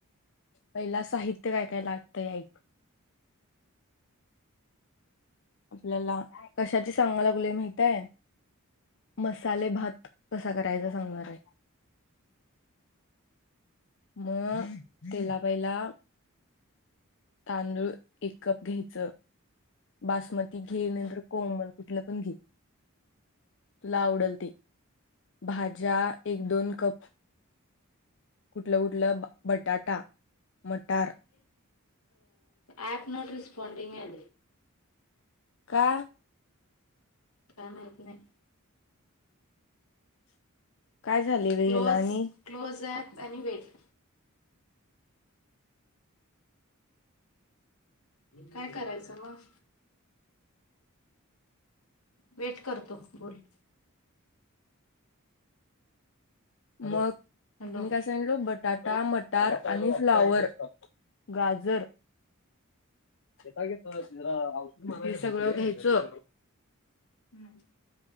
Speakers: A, on the left; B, on the left.
A: पहिला साहित्य काय काय लागतंय ऐक, आपल्याला कशाची सांगाय लागुले माहित आहे. मसाले भात कसा करायचा सांगणार आहे. म तेला पहिला तांदूळ एक कप घ्यायचं बासमती घेनंतर कोमल कुठलं पण घे तुला आवडल ते, भाज्या एक दोन कप कुठलं कुठलं बटाटा, मटार,
B: अ प नोट रेस्पाॉडीिंगे <inaudible>
A: का
B: काय माहित नाही.
A: काय झाले वे
B: क्लो
A: ह्याला आणि
B: क्लोज ॲॅप आणि वेट काय करायचं मग, वेट करतो बोल
A: मग
B: हॅलो
A: मी काय सांगलो बटाटा टा मटार आणि फ्लावर, <unintelligible> गाजर मी सगळं घ्यायचो.
B: हम्